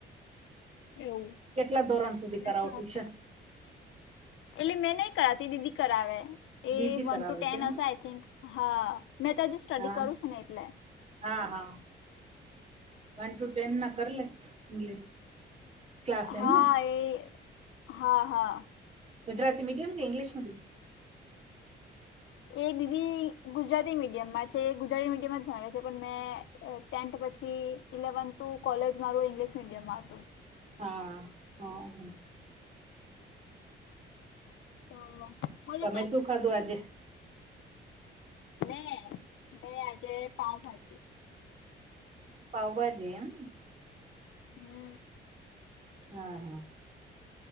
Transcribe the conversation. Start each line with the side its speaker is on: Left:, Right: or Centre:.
Left: એવું
Right: કેટલા ધોરણ સુધી
Left: એટલે
Right: કરાવો
Left: સ-
Right: ટ્યુશન
Left: એટલે મેં નહી કરાવતી દીદી કરાવે એ
Right: દીદી
Left: વન
Right: કરાવે
Left: ટુ ટેન
Right: છે એમ
Left: હશે આય થિંક હા મેં તો હજી સ્ટડી
Right: હા
Left: કરું છું ને એટલે
Right: હા હા વન ટુ ટેન ના કર લે ઇંગ્લિશ ક્લાસ
Left: હા
Right: એમ ને
Left: એ હા હા
Right: ગુજરાતી મીડિયમ કે ઇંગ્લિશ મિડિયમ.
Left: એ દીદી ગુજરાતી મીડિયમમાં છે ગુજરાતી મીડિયમમાં ભણે છે પણ મેં. ટેન્થ પછી ઇલેવેન્થ કોલેજ મારું ઇંગ્લિશ મીડિયમમાં હતું.
Right: હા હ હ.
Left: તો બોલો
Right: તમે
Left: તારી
Right: શું ખાધું આજે.
Left: મેં મેં આજે પાઉ ભાજી
Right: પાઉં ભાજી એમ
Left: હમ.
Right: હા હા.